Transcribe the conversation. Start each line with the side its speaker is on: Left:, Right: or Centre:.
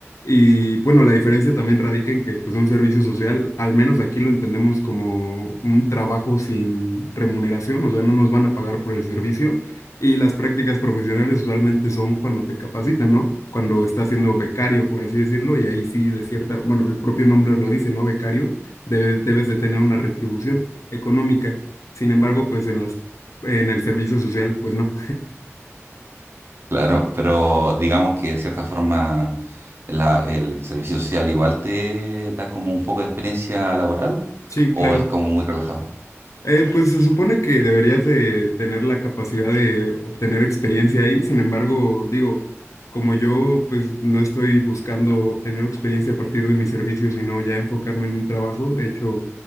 Left: Y bueno, la diferencia también radica en que, pues, un servicio social, al menos aquí lo entendemos como un trabajo sin remuneración, o sea, no nos van a pagar por el servicio y las prácticas profesionales usualmente son cuando te capacitan, ¿no? Cuando estás siendo becario, por así decirlo, y ahí sí de cierta, bueno, el propio nombre lo dice, ¿no? Becario, debe- debes de tener una retribución económica. Sin embargo, pues en las, en el servicio social, pues no.
Right: Claro, pero digamos que de cierta forma la- el servicio social igual te da como un poco de experiencia laboral
Left: Sí,
Right: o
Left: claro.
Right: es como muy relajado.
Left: Eh, pues se supone que deberías de tener la capacidad de obtener experiencia ahí, sin embargo, digo, como yo pues no estoy buscando obtener experiencia a partir de mi servicio, sino ya enfocarme en un trabajo, de hecho,